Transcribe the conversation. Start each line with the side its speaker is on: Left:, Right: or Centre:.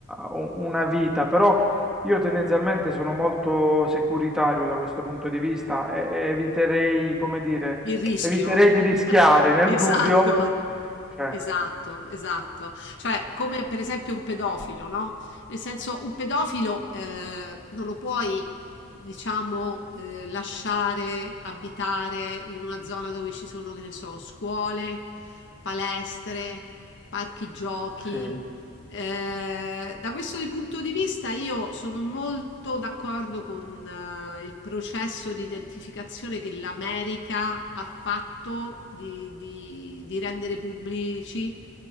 Centre: una vita, però io tendenzialmente sono molto securitario da questo punto di vista e, e eviterei, come dire,
Left: Il rischio.
Centre: eviterei di rischiare
Left: <laughs>
Centre: nel
Left: Esatto.
Centre: dubbio, cioè,
Left: Esatto, esatto. Cioè, come per esempio un pedofilo, no? Nel senso, un pedofilo eh, non lo puoi, diciamo, eh, lasciare abitare in una zona dove ci sono, che ne so, scuole, palestre, parchi giochi,
Centre: Sì,
Left: eh, da questo di punto di vista io sono molto d'accordo con eh, il processo di identificazione che l'America ha fatto di, di- di rendere pubblici